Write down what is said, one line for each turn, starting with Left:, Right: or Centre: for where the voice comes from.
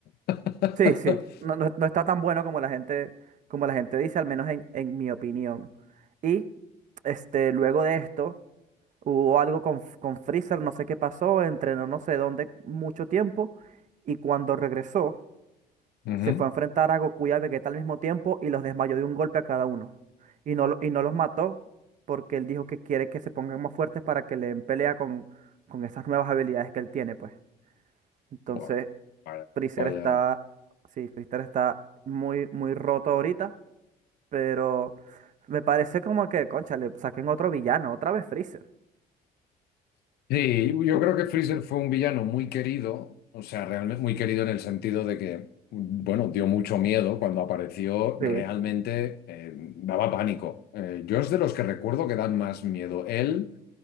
Left: <laughs>
Right: sí, sí, no, no- no está tan bueno como la gente, como la gente dice, al menos en, en mi opinión. Y este, luego de esto, hubo algo con, F- con Freezer, no sé qué pasó, entrenó no sé dónde mucho tiempo, y cuando regresó.
Left: Ujú.
Right: se fue a enfrentar a Goku y a Vegeta al mismo tiempo y los desmayó de un golpe a cada uno. Y no, lo- y no los mató porque él dijo que quiere que se pongan más fuertes para que le den pelea con, con esas nuevas habilidades que él tiene, pues. Entonces,
Left: Bueno, vaya,
Right: Freezer
Left: vaya.
Right: está, sí, Freezer está muy, muy roto ahorita, pero me parece como que, concha, le saquen otro villano, otra vez Freezer.
Left: Sí, yo creo que Freezer fue un villano muy querido, o sea, realmente muy querido en el sentido de que, bueno, dio mucho miedo cuando apareció,
Right: Sí.
Left: realmente eh, daba pánico. Eh, yo es de los que recuerdo que dan más miedo. Él,